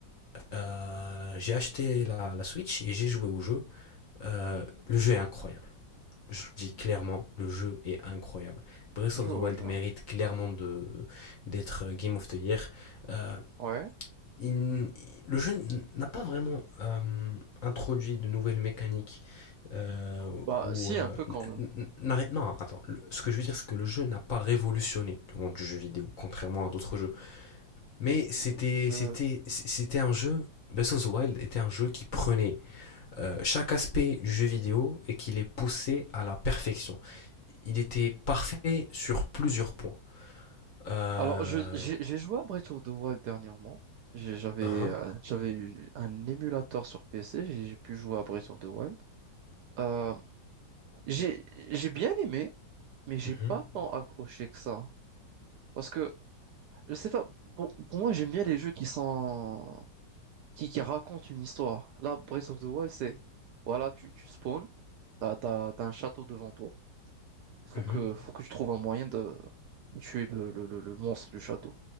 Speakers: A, on the left; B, on the right.
A: Euh, j'ai acheté la, la Switch et j'ai joué au jeu. Euh, le jeu est incroyable. Je le dis clairement, le jeu est incroyable. Breath
B: je
A: of
B: vois,
A: the Wild
B: je vois.
A: mérite clairement de d'être Game of the Year. Euh,
B: Ouais.
A: il- le jeu n'a pas vraiment euh, introduit de nouvelles mécaniques euh,
B: Bah,
A: ou
B: si,
A: euh,
B: un peu quand même.
A: non attends ce que je veux dire c'est que le jeu n'a pas révolutionné le monde du jeu vidéo contrairement à d'autres jeux mais c'était
B: Bah, je,
A: c'était c'était un jeu Breath of the Wild était un jeu qui prenait euh, chaque aspect du jeu vidéo et qui les poussait à la perfection il était parfait sur plusieurs points euh,
B: Alors, je, j'ai j'ai joué à Breath of the Wild dernièrement. J'ai- J'avais
A: hein,
B: euh, j'avais eu un émulateur sur PC, j'ai j'ai pu jouer à Breath of the Wild. Euh, j'ai j'ai bien aimé, mais j'ai
A: mhm,
B: pas tant accroché que ça. Parce que, je sais pas, pour, pour moi, j'aime bien les jeux qui sont, qui, qui racontent une histoire. Là, Breath of the Wild, c'est, voilà, tu, tu spawns, t'as, t'as, t'as un château devant toi. Faut
A: mhm.
B: que, faut que tu trouves un moyen de tuer le, le, le, le monstre du château,